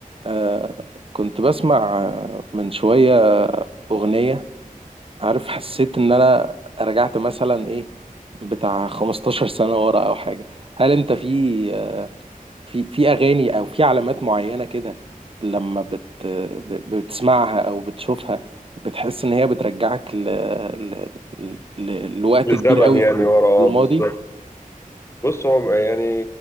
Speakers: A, on the right; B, on the left.
A: آه كنت بسمع آه، من شوية أغنية عارف حسيت إن أنا رجعت مثلا إيه بتاع 15 سنة ورا أو حاجة هل أنت في آه في في أغاني أو في علامات معينة كده لما بت ب- بتسمعها أو بتشوفها بتحس إن هي بترجعك ل... ل... ل... لوقت
B: الزمن
A: كبير قوي
B: يعني
A: في
B: ورا اه
A: الماضي؟
B: بالظبط بص هو يعني